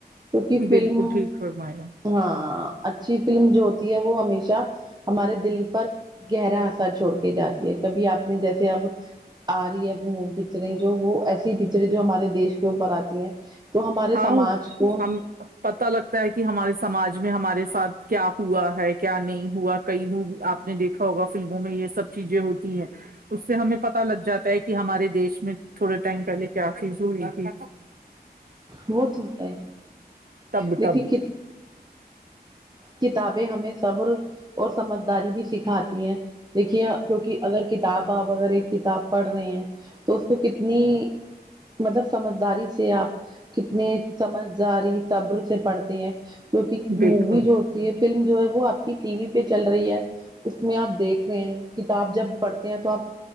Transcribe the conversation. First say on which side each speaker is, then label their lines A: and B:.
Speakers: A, on the right (about 25°); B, on the right (about 60°).
A: کیونکہ فلم
B: بالکل ٹھیک فرمایا
A: ہاں اچھی فلم جو ہوتی ہے وہ ہمیشہ ہمارے دل پر گہرا اثر چھوڑ جاتی ہے کبھی آپ نے جیسے اب آ رہی ہے پکچریں جو وہ ایسی پکچریں جو ہمارے دیش کے اوپر آتی ہیں تو ہمارے
B: ہاں
A: سماج کو
B: ہم پتا لگتا ہے کہ ہمارے سماج میں ہمارے ساتھ کیا ہوا ہے کیا نہیں ہوا کئی م آپ نے دیکھا ہوگا فلموں میں یہ سب چیزیں ہوتی ہیں اس سے ہمیں پت لگ جاتا ہے کہ ہمارے دیش میں تھوڑے ٹائم پہلے کیا چیز ہوئی تھی
A: وہ تو ہے
B: ٹب
A: دیکھیے
B: ٹب
A: ک کتابیں سبر اور سمجھداری بھی سیکھ کھاتی ہے دیکھیے کیونکہ اگر کتاب آپ اگر ایک کتاب پڑھ رہے ہیں تو اس کو کتنی مطلب سمجھداری سے آپ کتنے سمجداری صبر سے پڑھتے ہیں
B: بالکل
A: مووی جو ہوتی ہے فلم جو ہے وہ آپ کی ٹی وی پہ چل رہی ہے اس میں آپ دیکھ رہے ہیں کتاب جب پڑھتے ہیں تو آپ